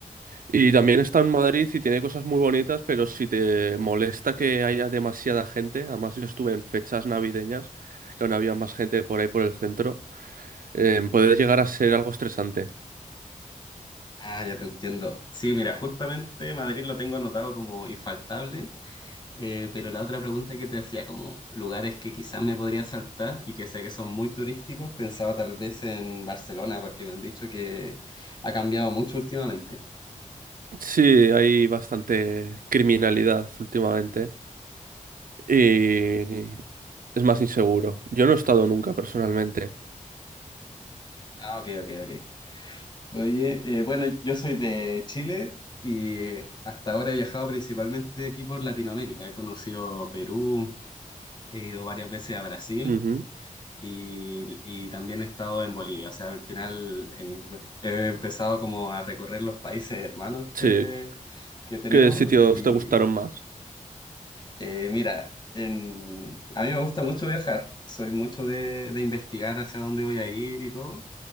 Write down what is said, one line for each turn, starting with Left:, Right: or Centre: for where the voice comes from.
Right: Y también está en Madrid y tiene cosas muy bonitas, pero si te molesta que haya demasiada gente, además yo estuve en fechas navideñas, que aún había más gente por ahí por el centro, eh, puede llegar a ser algo estresante.
Left: Ah, ya te entiendo. Sí, mira, justamente Madrid lo tengo anotado como infaltable. Eh, pero la otra pregunta que te decía, como lugares que quizás me podría saltar y que sé que son muy turísticos, pensaba tal vez en Barcelona, porque me han dicho que ha cambiado mucho últimamente.
Right: Sí, hay bastante criminalidad últimamente y es más inseguro. Yo no he estado nunca personalmente.
Left: Ah, ok, ok, ok. Oye, eh, bueno, yo soy de Chile y hasta ahora he viajado principalmente aquí por Latinoamérica. He conocido Perú, he ido varias veces a Brasil
Right: Ujú.
Left: y, y también he estado en Bolivia. O sea, al final en- he empezado como a recorrer los países hermanos que,
Right: Sí,
Left: que tenemos.
Right: ¿qué sitios
Left: Y
Right: te gustaron más?
Left: eh, mira, en- a mí me gusta mucho viajar, soy mucho de, de investigar hacia dónde voy a ir y todo.